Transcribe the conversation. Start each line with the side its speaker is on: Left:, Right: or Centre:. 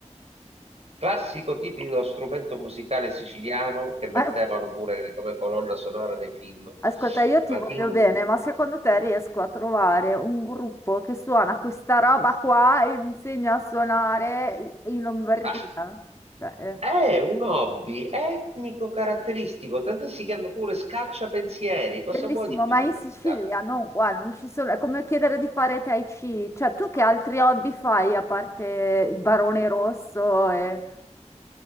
Right: Classico tipico strumento musicale siciliano che mettevano
Left: Eh,
Right: pure come colonna sonora nei film.
Left: ascolta, io ti
Right: Ma,
Left: voglio
Right: din-
Left: bene, ma secondo te riesco a trovare un gruppo che suona questa roba qua e mi insegna a suonare i- in Lombardia?
Right: ma
Left: Cioè, eh,
Right: è un hobby etnico caratteristico, tant'è si chiama pure scacciapensieri. Cosa
Left: bellissimo,
Right: vuoi di più
Left: ma
Right: dalla
Left: in Sicilia,
Right: vita?
Left: non qua, non ci sono. È come chiedere di fare Tai Chi. Cioè, tu che altri hobby fai a parte il Barone Rosso e...